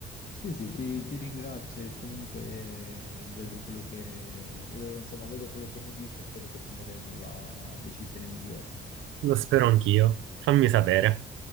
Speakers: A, on the left; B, on the right.
A: Sì, sì, ti, ti ringrazio e comunque vedo quello che, vedo, insomma, vedo quello che mi dici e spero che prenderemo la decisione migliore.
B: Lo spero anch'io. Fammi sapere.